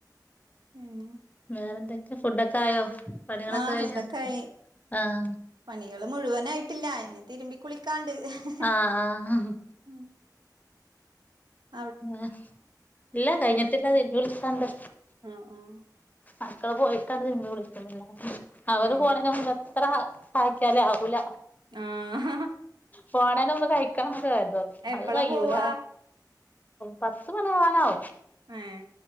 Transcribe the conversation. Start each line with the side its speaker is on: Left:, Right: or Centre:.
Right: പിന്നെ
Left: വേറെന്തൊക്കെ ഫുഡൊക്കെ ആയോ പണികളൊക്കെ
Right: ആഹ
Left: കഴിഞ്ഞോ
Right: ഫുഡൊക്കെ ആയി
Left: ആഹ്
Right: പണികള് മുഴുവനായിട്ടില്ല അ തിരുമ്പി കുളി കാണ്ട് ഏഹ്
Left: ആഹ് ആഹ്
Right: ഏഹ്
Left: ആ ഇല്ല കഴിഞ്ഞിട്ടില്ല തിരിമ്പി കുളിക്കാണ്ട്
Right: ആഹ് ആഹ്
Left: മക്കള് പോയിട്ടാണ് തിരിമ്പി കുളിക്കാർ അവര്
Right: ആഹ്
Left: പോണ അത്ര കഹക്കാലേ ആകൂല
Right: ആഹ്
Left: പോണാലും ഒന്ന് കഴിക്കാന്നൊക്ക അ
Right: എപ്പളാ
Left: അത് കഴൂല
Right: പോവാ
Left: പത്ത് മണി ആവാനാവും
Right: ഏ